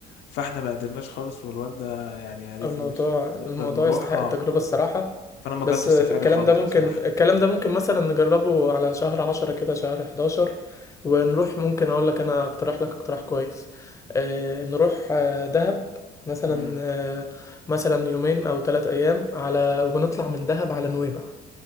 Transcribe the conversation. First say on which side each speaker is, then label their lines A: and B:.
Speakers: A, on the left (about 80°); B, on the left (about 20°).
A: فاحنا ما قدرناش خالص والوالدة يعني قالت
B: الموضوع
A: لي مش مش
B: الموضوع
A: هنقدر نروح
B: يستحق
A: اه
B: التجربة الصراحة
A: فأنا ما
B: بس
A: جربتش السفاري
B: الكلام
A: خالص
B: ده ممكن
A: بصراحة
B: الكلام ده ممكن مثلا نجربه على شهر عشرة كده شهر حداشر ونروح ممكن أقول لك أنا أقترح لك اقتراح كويس آه نروح آه دهب مثلا
A: امم
B: آه مثلا يومين أو تلات أيام على ونطلع من دهب على نويبع